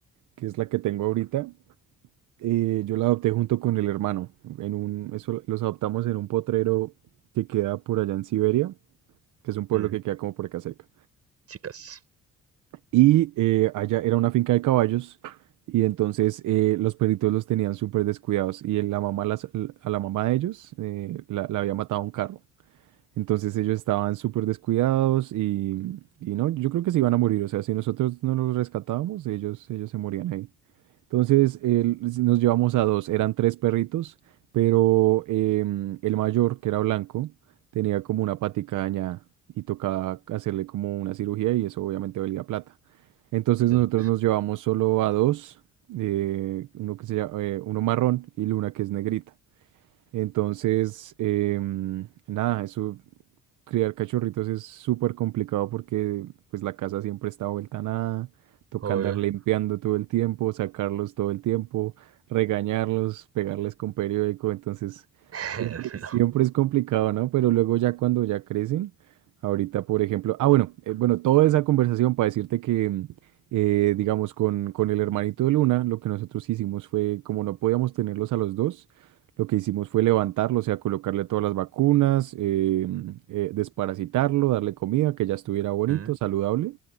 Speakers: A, on the right; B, on the right.
A: que es la que tengo ahorita, eh, yo la adopté junto con el hermano. En un, eso los adoptamos en un potrero que queda por allá en Siberia, que es un pueblo
B: Mm,
A: que queda como por acá cerca.
B: chicas,
A: Y eh, allá era una finca de caballos y entonces eh, los perritos los tenían súper descuidados y la mamá las- a la mamá de ellos eh, la, la había matado un carro. Entonces ellos estaban súper descuidados y, y no, yo creo que se iban a morir. O sea, si nosotros no los rescatábamos, ellos, ellos se morían ahí. Entonces el- nos llevamos a dos, eran tres perritos, pero em, el mayor, que era blanco, tenía como una patica dañada y tocaba hacerle como una cirugía y eso obviamente valía plata. Entonces
B: sí,
A: nosotros nos llevamos solo a dos, eh, uno que se llama, eh, uno marrón y Luna que es negrita. Entonces, em, nada, eso criar cachorritos es súper complicado porque pues la casa siempre está vuelta a nada, toca
B: obvio,
A: andar limpiando todo el tiempo, sacarlos todo el tiempo, regañarlos, pegarles con periódico, entonces
B: <laughs>
A: siempre,
B: no,
A: siempre es complicado, ¿no? Pero luego ya cuando ya crecen, ahorita por ejemplo, ah bueno, eh, bueno, toda esa conversación para decirte que mm, eh, digamos con, con el hermanito de Luna, lo que nosotros hicimos fue como no podíamos tenerlos a los dos, lo que hicimos fue levantarlo, o sea, colocarle todas las vacunas, eh, eh, desparasitarlo, darle comida, que ya estuviera bonito,
B: Mm.
A: saludable,